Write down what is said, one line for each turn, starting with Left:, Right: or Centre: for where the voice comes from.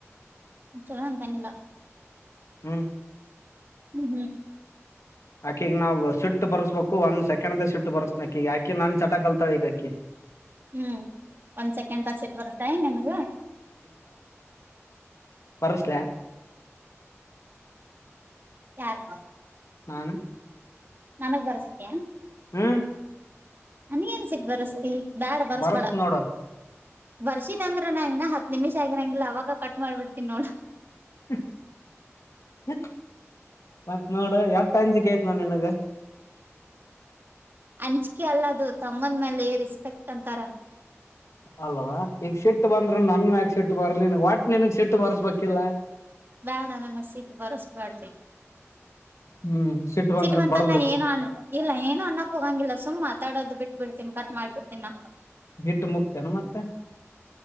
Right: <unintelligible>
Left: ಹ್ಮ್
Right: ಹ್ಮ್ ಹ್ಮ್
Left: ಆಕಿಗ್ ನಾವು ಸಿಟ್ಟು ಬರ್ರ್ಸಬೇಕು ಒಂದ್ ಸೆಕೆಂದ್ಗ್ ಸ ಸಿಟ್ಟು ಬರ್ಸುತಿನಿ ಅಕಿಗ್ ಅಕಿ ನಾನ್ ಚಟ ಕಲ್ತಾಳ್ ಈಗ ಅಕಿ.
Right: ಹ್ಮ್ ಒಂದ್ ಸೆಕೆಂಡಾಂಗ್ ಸಿಗ್ಬೊದ ಟೈ ನಿಮ್ಗ
Left: ಬರುಸ್ಲ
Right: ಯಾರ್
Left: ನಾನೆ
Right: ನನಗ್ ಬರ್ಸ್ತ್ಯ
Left: ಹ್ಮ್
Right: ನನಗ್ ಎನ್ ಸಟ್ಬಸ್ತಿ. ಬ್ಯಾಡ್ ಬರ್ಸ್ಬೇಡ.
Left: ಬರ್ಸ್ ನೋಡು
Right: ಬರ್ಷಿದ ಅಂದ್ರ ನಾ ಇನ್ನ ಹತ್ತು ನಿಂಮ್ಷ ಆಗಿರಂಗಿಲ್ಲ ಅವಾಗ ಕಟ್ ಮಾಡ್ಬಿಡ್ತೀನಿ ನೋಡ
Left: <unintelligible> ಮತ್ನೊಡು ಎಟ್ ಅಂಜಿಕೆ ಆತ ನಿನ್ಗೆ.
Right: ಅಂಜಿಕೆ ಅಲ್ಲದು ತಮ್ಮನ್ ಮೇಲೆ ರೆಸ್ಪೆಕ್ಟ್ ಅಂತಾರ.
Left: ಅಲ್ವಾ ಈಗ ಶಿಟ್ಟು ಬಂದ್ರ ನನ್ ಮ್ಯಾಕ್ ಶೆಟ್ಟು ಬರ್ಲಿ ವಾಟ್ ನನ್ಗ್ ಶೆಟ್ಟು ಬರ್ಸ್ಬೇಕಿಲ್ಲ.
Right: ಬ್ಯಾಡ ನನ್ನಗ್ ಸೀಟ್ ಬರಸ್ಬ್ಯಾಡ್ರಿ.
Left: ಹ್ಮ್ ಸಿಟ್ಟು ಬಂದ್ರ
Right: ಸಿಟ್ ಬಂತಾ
Left: ಬಡದ್ ಬಿಡಕ್ಕೆ
Right: ಏನು ಅ ಇಲ್ಲ ಏನು ಅನ್ನಕ್ ಹೋಗಂಗಿಲ್ಲ ಸುಮ್ ಮಾತಾಡೋದು್ ಬಿಟ್ ಬಿಡ್ತೀನ್ ಕಟ್ ಮಾಡ್ಬ ಬಿಡ್ತೀನ್ ನ
Left: ಹಿಟ್ಟು ಮುಗ್ತೇನು ಮತ್ತೆ